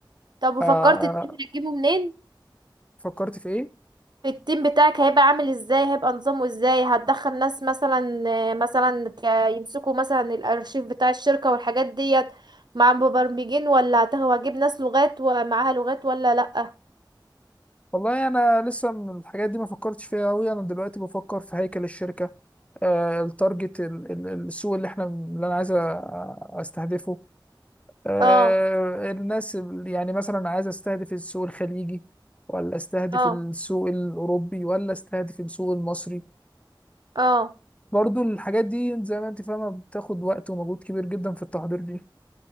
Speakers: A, on the right (about 60°); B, on the left (about 15°).
A: طب وفكرت
B: آه، آه،
A: التيم هتجيبه منين
B: فكرت في إيه؟
A: التيم بتاعك هيبقى عامل ازاي هيبقى نظامه ازاي هتدخل ناس مثلا آه، مثلا ت- يمسكوا مثلا الارشيف بتاع الشركة والحاجات ديت مع مبرمجين ولا هت- هتجيب ناس لغات ومعاها لغات ولا لأ
B: والله أنا لسه من الحاجات دي ما فكرتش فيها أوي أنا دلوقتي بفكر في هيكل الشركة آه، التارجت ال- ال- السوق اللي احنا اللي أنا عايز أ- أستهدفه آه،
A: اه
B: الناس ال- يعني مثلا عايز استهدف السوق الخليجي ولا استهدف
A: اه
B: السوق الأوروبي ولا استهدف السوق المصري
A: اه
B: برضو الحاجات دي زي ما انت فاهمة بتاخد وقت ومجهود كبير جدا في التحضير دي